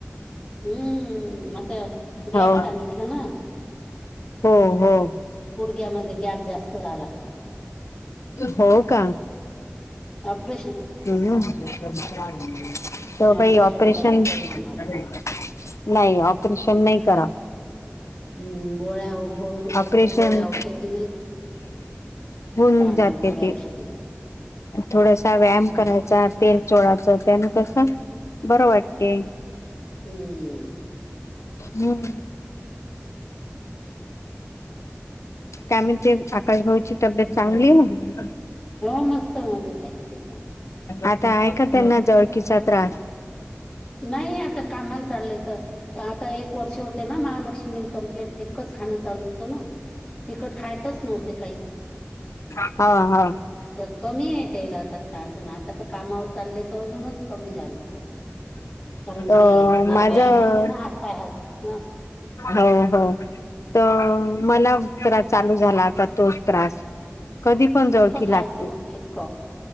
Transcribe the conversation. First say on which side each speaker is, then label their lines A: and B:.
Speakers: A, on the left; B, on the left.
A: हम्म माझं गॅप
B: हो
A: सांगितलं ना
B: हो हो
A: या मधे गॅप जास्त झाला
B: हो का
A: अं प्रश्न
B: हम्म त
A: पण
B: बाई ऑपरेशन
A: काही करणार नाही
B: नाही ऑपरेशन नाही करा
A: हम्म गोळ्याभभते
B: ऑपरेशन
A: गोळ्या औषधी नाहीच
B: होऊन
A: पाहणार
B: जाते
A: गोळ्या
B: ते
A: औषधी घेऊन
B: थोडासा व्यायाम
A: हम्म
B: करायचा तेल चोळाच त्यान कस बरं वाटते
A: हम्म
B: हम काय म्हणते आकाशभाऊची तब्येत चांगली आहे.
A: हो मस्त मजेत आहेत. ते पण
B: आता आहे का त्यांना जवळकीचा त्रास
A: नाही आता कामाला चाललंय तर आता एक वर्ष होते ना महालक्ष्मी कमप्लीट फिकच. खाण चालू होत ना तिकट खायतच नव्हते काही
B: हां हां
A: तर कमी आहे त्याला आता त्रास आहे ना आता तर कामावर चाललंय तर अजूनच कमी झालं थोडं कारण
B: तर
A: की
B: माझं
A: व्यायामते ना हातपाय हालतात ना,
B: हो हो तर मला त्रास चालू झाला आता तोच त्रास कधी पण जळकी
A: फिक्क खायचं
B: लागते
A: मग फिक्क